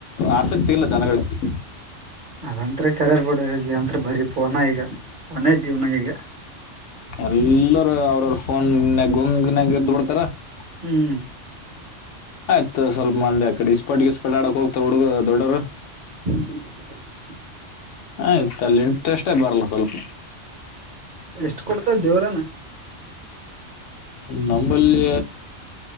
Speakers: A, on the left; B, on the right.
A: ಆಸಕ್ತಿ ಇಲ್ಲ ಜನಗಳಿಗೆ,
B: ಅದಂತೂ ಕರೆರ್ ಬಿಡ್ರಿ ಹ <unintelligible> ಅ ಬರೀ ಪೋನ ಈಗ ಪೋನ ಜೀವ್ನ ಈಗ,
A: ಎಲ್ಲರ ಅವ್ರ್ರ ಫೋನ್ ಗುಂಗನ್ಯಾಗ ಇದ್ ಬಿಡ್ತಾರ, -
B: ಹ್ಮ್ <unintelligible> <inaudible>
A: ಆಯ್ತು ಸ್ವಲ್ಪ ಮಂದೆ ಆಕಡೆ ಇಸ್ಪಟ್ಗೆ ಗಿಸ್ಪಟ್ ಆಡಕ್ ಹೋಗತಾರ ಹುಡುಗ ದೊಡ್ಡವರು.
B: ಹ್ಮ್ <unintelligible> <inaudible>
A: ಆಯ್ತು ಅಲ್ಲಿ ಇಂಟ್ರೆಸ್ಟೇ ಬರಲ್ಲ ಸ್ವಲ್ಪ,
B: ಎಷ್ಟು ಕುಡ್ತವ ದೇವ್ರಾನ,
A: ನಂಬಲ್ಲಿ